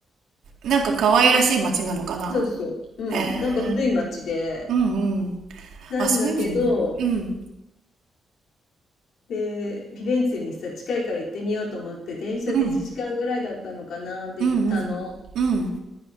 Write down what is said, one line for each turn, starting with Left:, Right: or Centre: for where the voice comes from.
Right: なんか可愛らしい街なのかな。
Left: あそうそう、うん、
Right: へえ。
Left: なんか古い町で、
Right: うんうん。
Left: なんだけど、
Right: あ、そういうのもね。うん。
Left: で、フィレンツェにさ、近いから行ってみようと思って、電車で1時間ぐらいだったのかな、
Right: うん。
Left: で行ったの。
Right: うんうん。うん。